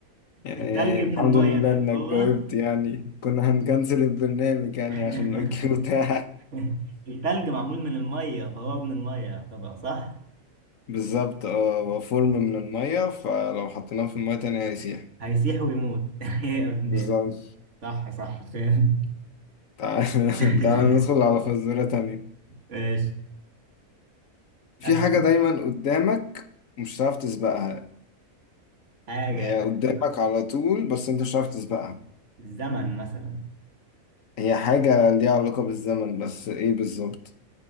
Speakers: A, on the left; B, on the right.
A: يعني
B: التلج من
A: الحمد
B: المية
A: لله
B: لأن
A: إنك
B: هو
A: جاوبت يعني كنا هنكنسل البرنامج يعني
B: <laughs>
A: عشان الأوكي بتاعك
B: التلج معمول من المية فهو ابن المية طبعا صح
A: <laughs> بالظبط اه هو فورم من المية فلو حطيناه في المية تانية هيسيح
B: هيسيح ويموت <laughs> يا ابن
A: بالظبط
B: ال... صح صح فاهم
A: تعال <laughs>
B: <laughs>
A: تعال ندخل على فزورة تانية
B: ماشي
A: في
B: أسأل
A: حاجة دايما قدامك مش هتعرف تسبقها
B: حاجة
A: يعني هي
B: دايما
A: قدامك على طول بس أنت مش هتعرف تسبقها
B: الزمن مثلا
A: هي حاجة ليها علاقة بالزمن بس إيه بالظبط؟